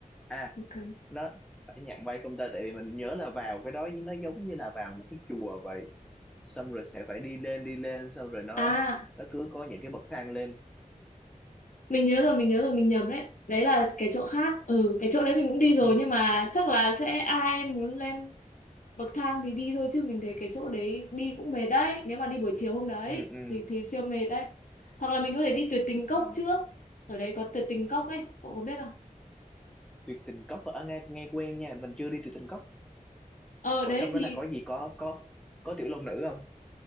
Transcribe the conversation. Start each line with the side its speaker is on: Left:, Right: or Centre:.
Centre: à
Left: ok
Centre: nó phải nhạc bay không ta tại vì mình nhớ là vào cái đó nó giống như là vào một cái chùa vậy xong rồi sẽ phải đi lên đi lên xong rồi nó
Left: à
Centre: nó cứ có những cái bậc thang lên
Left: mình nhớ rồi mình nhớ rồi mình nhầm đấy đấy là cái chỗ khác ừ cái chỗ đấy mình cũng đi rồi
Centre: ừ
Left: nhưng mà chắc là sẽ ai muốn lên bậc thang thì đi thôi chứ mình thấy cái chỗ đấy đi cũng mệt đấy nếu mà đi buổi chiều hôm đấy
Centre: ừ ừ,
Left: thì thì siêu mệt đấy hoặc là mình có thể đi tuyệt tình
Centre: ừ.
Left: cốc trước ở đấy có tuyệt tình cốc ấy cậu có biết không
Centre: tuyệt tình cốc ở nghe nghe quen nha mình chưa đi tuyệt tình cốc
Left: ờ
Centre: ở
Left: đấy
Centre: trong
Left: thì
Centre: đó là có gì có có có tiểu long nữ không